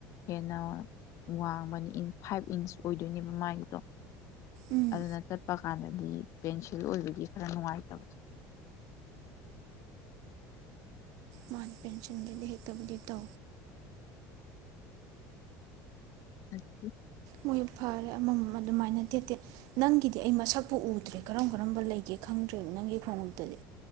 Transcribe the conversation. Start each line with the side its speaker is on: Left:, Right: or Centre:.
Left: ꯍꯦꯟꯅ ꯋꯥꯡꯕꯅꯤ ꯐꯥꯏꯚ ꯏꯟꯁ ꯑꯣꯏꯗꯣꯏꯅꯦꯕ ꯃꯥꯏꯒꯤꯗꯣ
Right: ꯎꯝ
Left: ꯑꯗꯨꯅ ꯆꯠꯄ ꯀꯥꯟꯗꯗꯤ ꯄꯦꯟꯁꯤꯜ ꯑꯣꯏꯕꯒꯤ ꯈꯔ ꯅꯨꯡꯉꯥꯏꯇꯕꯗꯣ
Right: ꯍꯣꯏ ꯄꯦꯟꯁꯤꯜꯒꯗ ꯇꯣ
Left: ꯑ <unintelligible>
Right: ꯃꯣꯏ ꯐꯔꯦ ꯑꯃꯃꯝ ꯑꯗꯨꯃꯥꯏꯅ ꯇꯦ ꯇꯦ ꯅꯪꯒꯤꯗꯤ ꯑꯩ ꯃꯁꯛꯄꯨ ꯎꯗ꯭ꯔꯦ ꯀꯔꯝ ꯀꯔꯝꯕ ꯂꯩꯒꯦ ꯈꯪꯗ꯭ꯔꯦꯕ ꯅꯪꯒꯤ ꯈꯣꯡꯎꯞꯇꯗꯤ